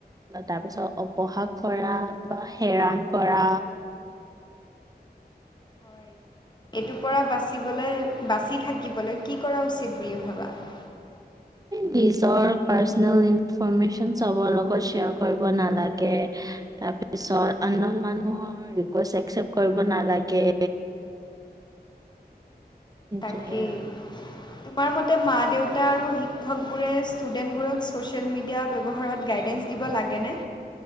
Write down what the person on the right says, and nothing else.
তাৰপিছত অপহাস কৰা বা হেৰাণ কৰা
নিজৰ পাৰ্চনেল ইনফৰমেচ্যন চবৰ লগত শ্বেয়াৰ কৰিব নালাগে। তাৰপিছত আন নউন মানুহৰ ৰিকুৱেষ্ট একচেপ্ত কৰিব নালাগে। সেইটোৱে
আৰু